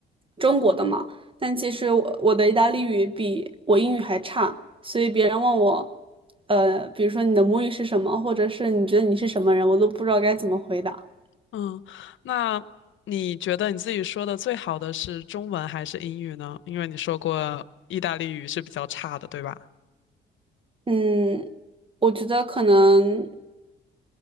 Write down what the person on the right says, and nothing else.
中国的嘛，但其实我我的意大利语比我英语还差，所以别人问我，呃，比如说你的母语是什么，或者是你觉得你是什么人，我都不知道该怎么回答。
嗯，我觉得可能。